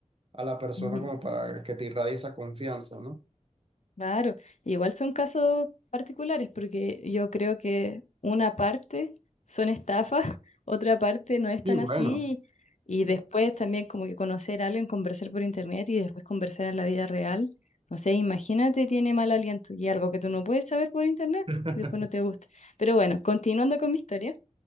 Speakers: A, on the right (about 45°); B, on the left (about 65°).
A: a la persona
B: ujú.
A: como para que te irradie esa confianza, ¿no?
B: Claro, igual son casos particulares porque yo creo que una parte son estafas, <laughs> otra parte no es tan
A: Y bueno,
B: así y después también como que conocer a alguien, conversar por internet y después conversar en la vida real. No sé, imagínate, tiene mal aliento y algo que tú no puedes saber por internet,
A: <laughs>
B: y después no te gusta. Pero bueno, continuando con mi historia,